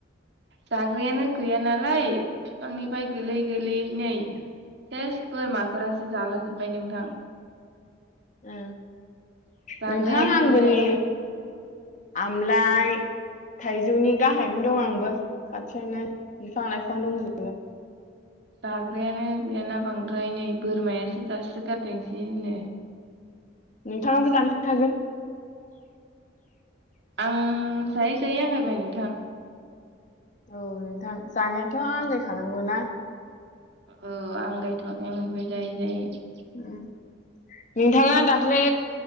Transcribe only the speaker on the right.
जाग्रायानो गैया नालाय बिफांनिफ्राय गोलै गोलै नै सेस बोरमाफोरासो जालाजोब्बाय नोंथां।
जाग्रायानो
गैयाना
जाग्रायानो गैयाना बांद्राय नै बोरमायासो जासो गारदों जिनो।
आं जायै जायै आंगायबाय नोंथां।
औ आंगायथ'नाय मोनबाय जायै जायै।